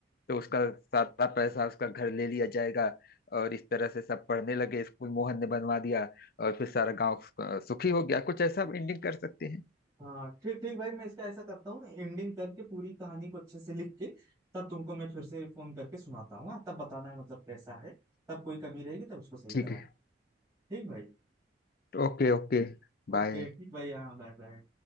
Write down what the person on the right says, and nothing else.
हाँ ठीक ठीक भाई मैं इसका ऐसा करता हूँ एंडिंग करके पूरी कहानी को अच्छे से लिख के तब तुमको मैं फिर से फोन करके सुनाता हूँ हाँ, तब बताना मतलब कैसा है तब कोई कमी रहेगी तब उसको सही
कराना
ठीक भाई
ओके ठीक भाई हाँ बाय बाय